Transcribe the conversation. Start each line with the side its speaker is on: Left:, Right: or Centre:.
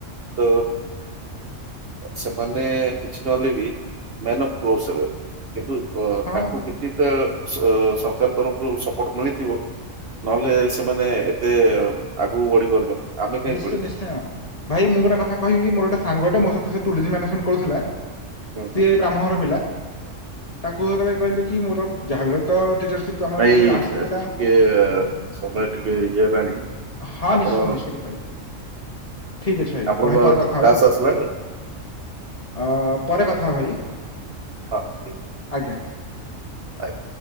Right: ତ ସେମାନେ କିଛି ନହେଲେ ବି ମ୍ୟାନ୍ ଅଫ୍ କ୍ୋ ହେବେ କିନ୍ତୁ
Left: ହଁ
Right: ତାଙ୍କୁ କିଛି ତ ସରକାର ତରଫରୁ ସପୋର୍ଟ ମିଳିଥିବ ନହେଲେ ସେମାନେ ଏତେ ଆଗକୁ ବଢି ପାରୁଛନ୍ତି ଆମେ କାହିଁ
Left: ନିଶ୍ଚ
Right: ବଢିପାରିବୁ।
Left: ନିଶ୍ଚୟଁ ଭାଇ ମୁଁ ଗୋଟେ କଥାହିବି ମୋର ଗୋଟେ ସାଙ୍ଗୋଟେ ମୋ ସହିତ ସେ ଟୁରିଜ ମ୍ୟାନେଜମେଣ୍ଟ କରୁଥିଲା
Right: ହୁଁ
Left: ସିଏ
Right: ହୁଁ
Left: ବ୍ରାହ୍ମଣର ପିଲା ତାକୁ ଯେତେବେଳେ କହିଲେ କି ମୋର ଯାହା ବଳେ ତ ଟିଚରସିପ ଆମର
Right: ନାଇଁ
Left: ଯେତେବେଳେ ଆସିଥିଲା
Right: ଟିକେ ସମୟ ଟିକେ ଇଏ ହେଲାଣି।
Left: ହଁ
Right: ଆପଣ
Left: ନିଶ୍ଚିତ ନିଶ୍ଚିତ ଭାଇ ଠିକ ଅଛି ଭାଇ
Right: ଆପଣଙ୍କ
Left: ରହପାର କଥା ହବ
Right: ଟାସ୍କ
Left: ଆଉ।
Right: ଆସିଲାଣି
Left: ଅ ପରେ କଥା ଭାଇ।
Right: ହଁ।
Left: ଆଜ୍ଞା
Right: ଆଜ୍ଞ।